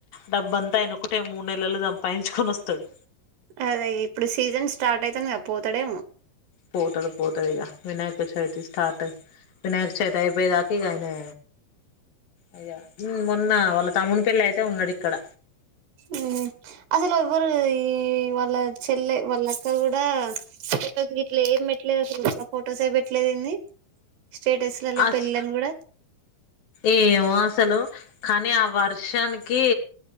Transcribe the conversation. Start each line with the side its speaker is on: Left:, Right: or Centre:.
Left: డబ్బు అంతా ఆయన ఒకటే మూడు నెలలో సంపాదించుకొని వస్తాడు
Right: అదే ఇప్పుడు సీజన్ స్టార్ట్ అయితుంది కదా పోతాడేమో
Left: పోతడు పోతడు ఇగ వినాయక చవితి స్టార్ట్ వినాయక చవితి అయిపోయి దాకా ఇగ ఆయనే అయ్యా ఉ మొన్న వాళ్ళ తమ్ముడి పెళ్లి అయితే ఉన్నాడు ఇక్కడ
Right: ఉహు అసలు ఎవ్వరు ఈ వాళ్ళ చెల్లె వాళ్ళ అక్క కూడా ఫొటోస్ గీట్లే ఏం పెట్టలేదు అసలు <unintelligible> ఫొటోస్ ఏ పెట్ట లేదు ఏంది స్టేటస్ వాళ్ళ
Left: అస్
Right: పెళ్ళాని కూడా
Left: ఏమో అసలు కానీ ఆ వర్షానికి